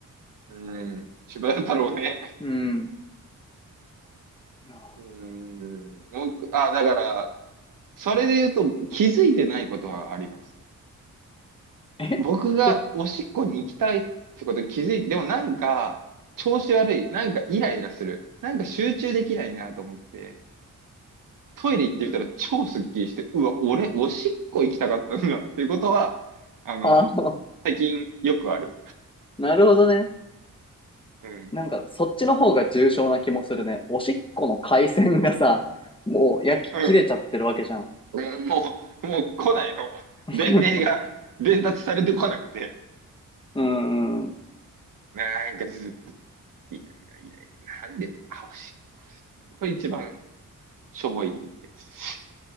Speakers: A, on the right (about 75°); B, on the left (about 15°).
A: うん。柴田太郎ね。
B: うん。いや
A: うん。僕、あ、だから、それで言うと気づいてないことはあります。
B: ーえ
A: 僕がおしっこに行きたいってことに気づいて、
B: <laughs>
A: でもなんか、調子悪い。なんかイライラする。なんか集中できないなと思って、トイレ行ってみたら超スッキリして、
B: うん
A: うわ、俺、おしっこ行きたかったんだっていうことは、あの、
B: あー、
A: 最近よくある。
B: なるほどね。
A: うん。
B: なんか、そっちの方が重症な気もするね。おしっこの回線がさ、もう焼き切れちゃってるわけじゃん。
A: うん。もう、もう来ないの。
B: <laughs>
A: 伝令が伝達されてこなくて。
B: うんう
A: なんかずっと、イライライライラ。なんでだ、あ、おしっこ。これ一番しょぼいやつ。